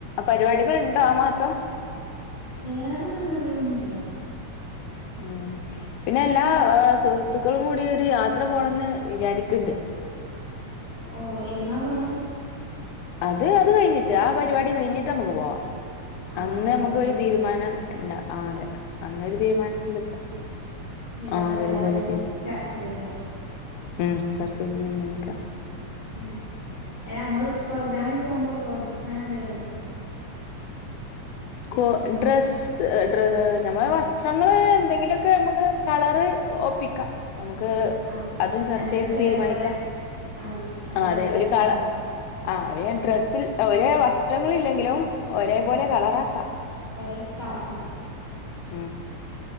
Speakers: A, on the left; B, on the right.
A: പരിപാടികൾ ണ്ടോ ആ മാസം
B: വേറെ പരിപാടികളൊന്നൂല്ല
A: ഉം പിന്നെ എല്ലാ സുഹൃത്തുക്കളും കൂടി ഒരു യാത്ര പോണംന്ന് വിചാരിക്ക്ണ്ട്
B: ഓ എന്നാ പോണേ
A: അത് അത് കഴിഞ്ഞിട്ട് ആ പരിപാടി കഴിഞ്ഞിട്ട് നമ്മക്ക് പോവാ
B: ആഹ്
A: അന്ന്
B: പരിപാടി
A: നമുക്ക്
B: കഴിഞ്ഞിട്ടില്ലേ
A: ഒരു തീരുമാനം ഇടാ ആ അതെ അന്നൊരു തീരുമാനത്തിലെത്താം
B: വെരുമ്പോ
A: ആ വരുമ്പോ
B: എല്ലാരും
A: ഒരു
B: കൂടി
A: തീ
B: ചർച്ച ചെയ്യാം
A: ഉം ചർച്ച ചെയ്തതീര്മാനിക്കാം
B: മ് അയ്‌ന് മ്മള് പ്രോഗ്രാമിൽ പോമ്പോ കോഡ് ഡ്രസ്സ്‌ അങ്ങനെന്തേലുണ്ടോ
A: കൊ ഡ്രസ് ഡ്രെ ഞമ്മളെ വസ്ത്രങ്ങള് എന്തെങ്കിലൊക്കെ നമ്മക്ക് കളറ് ഒപ്പിക്കാം നമുക്ക്
B: ആഹ്
A: അതും ചർച്ച
B: എല്ലാർക്കും
A: ചെയ്ത് തീരുമാനിക്കാം
B: ഒരേപോലെ ആഹ് ഒരേ
A: അ അതെ
B: പോലത്തെ
A: ഒരു
B: കളറാക്കാം
A: കള ആ ഒരെ ഡ്രസ്സിൽ ഒരേ വസ്ത്രങ്ങലില്ലെങ്കിലും ഒരേപോലെ കളറ ആക്കാ
B: അരേ കാർ <unintelligible>
A: ഉം